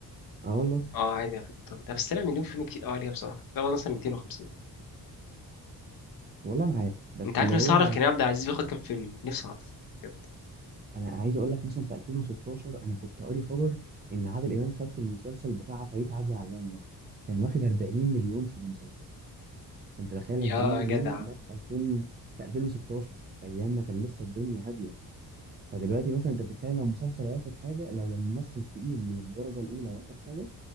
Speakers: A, on the right (about 30°); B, on the left (about 65°).
A: اه والله
B: اه عادي على فكره طب ده بس طلع مليون فيلم كتير قوي عليها بصراحه ده هو مثلا 250
A: والله ما عارف بس
B: انت عارف
A: اللي
B: نفسي
A: هو
B: اعرف كريم عبد العزيز بياخد كام فيلم نفسي اعرف بجد
A: انا عايز اقول لك مثلا في 2016 انا كنت قاري خبر ان عادل امام خد في المسلسل بتاع فريد عدلي علام ده كان واخد 40 مليون في المسلسل انت تخيل
B: يا
A: 40 مليون
B: جدع
A: ده في 2000 في 2016 ايام ما كان لسه الدنيا هاديه فدلوقتي مثلا انت بتتكلم لو مسلسل هياخد حاجه لو لما ممثل تقيل من الدرجه الاولى هياخد حاجه